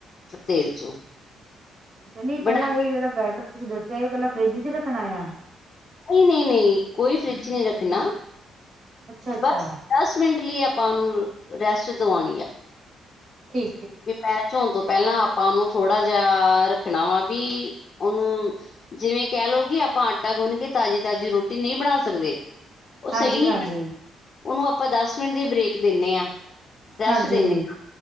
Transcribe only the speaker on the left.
ਫੇ ਤੇਲ ਚੋਂ।
ਬਣਾ
ਨਈ-ਨਈ ਕੋਈ ਫ਼ਰਿੱਜ਼ ਚ ਨੀ ਰੱਖਣਾ
ਬਸ ਦਸ ਮਿੰਟ ਲਈ ਆਪਾਂ ਓਨੂੰ ਰੈਸਟ ਦਵਾਣੀ ਐ।
ਵੀ ਪੈਚ ਹੋਣ ਤੋਂ ਪੈਲਾਂ ਆਪਾਂ ਉਨੂੰ ਥੋੜ੍ਹਾ ਜਾ ਰੱਖਣਾ ਵਾ ਵੀ ਓਨੂੰ ਜਿਵੇਂ ਕੈ ਲੋ ਕੀ ਆਪਾਂ ਆਟਾ ਗੁੰਨ ਕੇ ਤਾਜ਼ੀ-ਤਾਜ਼ੀ ਰੋਟੀ ਨਈ ਬਣਾ ਸਕਦੇ ਓ ਸਈ
ਨੀ
<unintelligible> ਉਨੂੰ ਆਪਾਂ ਮਿੰਟ ਦੀ ਬ੍ਰੇਕ ਦਿੰਨੇ ਆ ਰੈਸਟ
ਦਿੰਨੇ ਆ